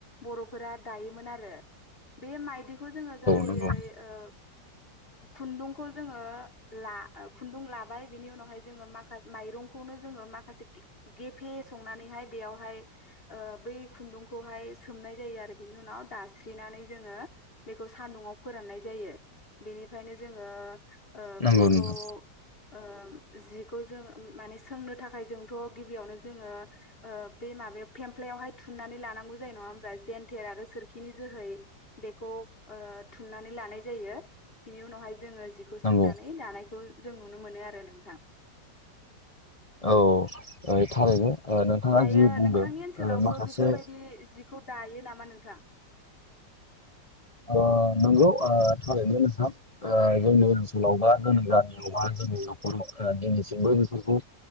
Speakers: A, on the left; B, on the left.
A: बर'फोरा दायोमोन आरो बे माइदिखौ जोङो गाहायै
B: नंगौ
A: ओ खुन्दुंखौ जोङो ला खुन्दुं लाबाय बिनि उनावहाय जोङो माखासे माइरंखौनो जोङो माखासे‌ गे गेफे संनानैहखय बेयावहाय ओ बै खुन्दुं खौहाय सोंनाय जा जायो आरो‌ बिनि उनाव दास्रिनानै जोङो बेखौ सानदुंआव फोराननाय जायो बेनि बेओखायनो जोङो ओ
B: नंगौ
A: बेखौ
B: नोंथां
A: ओ जिखौ जों माने सोंनो थाखाय जोंथ' गिबियावनो जोङो ओ बे माबा फ्लेमफ्ला यावहाय थुननानै लांगौ जायो नंङा होमबा जेनथेर आरो सोरखिनि जोहै बेखौ ओ थुननानै लानाय जायो बिनि उनावहाय जोङो जिखौ
B: नंगौ
A: सोंनानै लानायखौ जों नुनो मोनो आरो नोंथां
B: औ ओ थारैनो नोंथाङा
A: दायो
B: जि बुंदों
A: नोंथांनि ओनसोलावबो
B: माखासे
A: बेफोर बायदि जि बेखौ दायो नामा नोंथां
B: ओ नंगौ ओ थारैनो नोंथां ओ जोंनि ओनसोलावबा जोंनि गामियावबा नखर ओ दिनैसिमबो बेफोरखौ